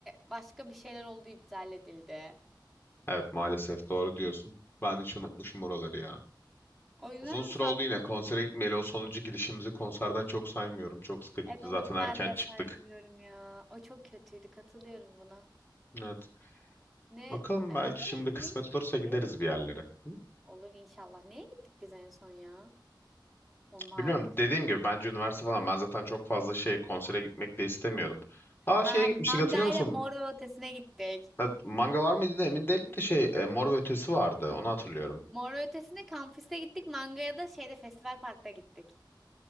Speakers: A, in the centre; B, on the left.
A: Başka bir şeyler oldu iptal edildi.
B: Evet maalesef doğru diyorsun. Ben hiç unutmuşum oraları ya.
A: O yüzden
B: Uzun süre
A: Fatma
B: oldu yine konsere gitmeyeli. O sonuncu gidişimizi konserden çok saymıyorum. Çok sıkıcıydı.
A: Evet onu
B: Zaten erken
A: ben de
B: çıktık.
A: saymıyorum ya. O çok kötüydü. Katılıyorum buna.
B: Evet.
A: Ne?
B: Bakalım
A: E,
B: belki
A: Ondan
B: şimdi
A: önce
B: kısmet
A: ne gittik
B: olursa gideriz
A: biz?
B: bir yerlere. Hı?
A: Olur inşallah. Neye gittik biz en son ya? Onun harici.
B: Bilmiyorum dediğim gibi bence üniversite falan ben zaten çok fazla şey konsere gitmek de istemiyordum. Aa
A: Ha
B: şeye gitmiştik
A: mangayla
B: hatırlıyor musun?
A: Mor ve Ötesi'ne gittik.
B: Evet, manga var mıydı da emin değilim de şey e, Mor ve Ötesi vardı onu hatırlıyorum.
A: Mor ve Ötesi'ne kampüste gittik. Mangaya da şeyde Festival Park'ta gittik.